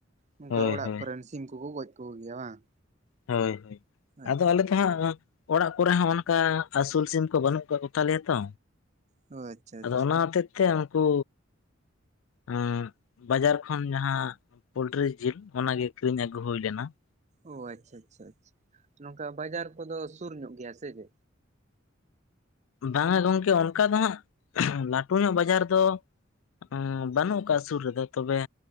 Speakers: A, on the right; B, on the left.
A: ᱱᱚᱝᱠᱟ
B: ᱦᱳᱭ
A: ᱚᱲᱟᱜ
B: ᱦᱳᱭ
A: ᱠᱚᱨᱮᱱ ᱥᱤᱢ ᱠᱚᱠᱚ ᱜᱚᱡ ᱠᱚᱜᱮᱭᱟ ᱵᱟᱝ?
B: ᱦᱳᱭ-ᱦᱳᱭ
A: ᱟᱪᱪᱷᱟ
B: ᱟᱫᱚ ᱟᱞᱮ ᱫᱚ ᱦᱟᱸᱜ ᱚᱲᱟᱜ ᱠᱚᱨᱮ ᱦᱚᱸ ᱚᱱᱠᱟ ᱟᱹᱥᱩᱞ ᱥᱤᱢ ᱠᱚ ᱵᱟᱹᱱᱩᱜ ᱠᱚ ᱛᱟᱞᱮᱭᱟ ᱛᱚ
A: ᱚ ᱟᱪᱪᱷᱟ
B: ᱟᱫᱚ
A: ᱟᱪᱪᱷᱟ
B: ᱚᱱᱟ ᱦᱚᱛᱮᱜ ᱛᱮ ᱩᱱᱠᱩ ᱚ ᱵᱟᱡᱟᱨ ᱠᱷᱚᱱ ᱡᱟᱸᱦᱟᱸ ᱯᱳᱞᱴᱨᱤ ᱡᱤᱞ ᱚᱱᱟᱜᱮ ᱠᱤᱨᱤᱧ ᱟᱹᱜᱩ ᱦᱩᱭ ᱞᱮᱱᱟ ᱾
A: ᱚ ᱟᱪᱪᱷᱟ ᱟᱪᱪᱷᱟ ᱟᱪᱪᱷᱟ ᱱᱚᱝᱠᱟ ᱵᱟᱡᱟᱨ ᱠᱚᱫᱚ ᱥᱩᱨ ᱧᱚᱜ ᱜᱮᱭᱟ ᱥᱮ ᱪᱮ
B: ᱵᱟᱝᱟ ᱜᱚᱝᱠᱮ ᱚᱱᱠᱟ ᱫᱚ, ᱦᱟᱸᱜ ᱞᱟᱹᱴᱩ ᱧᱚᱜ ᱵᱟᱡᱟᱨ ᱫᱚ ᱦᱩᱸ ᱵᱟᱹᱱᱩᱜ ᱠᱟᱜᱼᱟ ᱥᱩᱨ ᱨᱮᱫᱚ ᱛᱚᱵᱮ